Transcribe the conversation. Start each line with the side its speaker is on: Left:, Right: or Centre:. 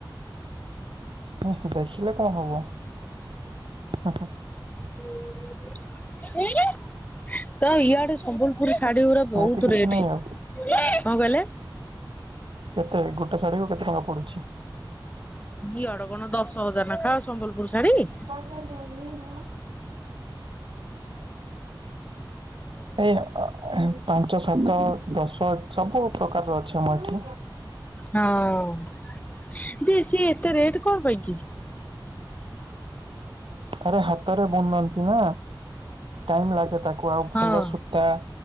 Right: ହୁଁ ହୁଁ ଦେଖିଲେ କଣ ହବ ହୁଁ ହୁଁ।
Left: <inaudible> <unintelligible> ତ ଇଆଡେ ସମ୍ବଲପୁରୀ ଶାଢୀ ଗୁରା
Right: ସେମିତି
Left: ବହୁତ
Right: କିଛି
Left: ରେଟ୍
Right: ନାହିଁ
Left: କଣ
Right: ଆଉ।
Left: କହିଲେ?
Right: କେତେ ଗୋଟେ ଶାଢୀ କୁ କେତେ ଟଙ୍କା ପଡୁଛି?
Left: ଇଆଡ କଣ ଦଶ ହଜାର ନେଖା ସମ୍ବଲପୁର ଶାଢୀ।
Right: ଓ ହୋ। ଏଇ ପାଞ୍ଚ ସାତ ଦଶ ସବୁ ପ୍ରକାରର ଅଛି ଆମ ଏଠି।
Left: ହଁ ଦେ ସିଏ ଏତେ ରେଟ୍ କଣ ପାଇଁ କି?
Right: ଆରେ ହାତରେ ବନନ୍ତି ନା ଟାଇମ ଲାଗେ ତାକୁ ଆଉ
Left: ହଁ
Right: ଭଲ ସବୁ। ତା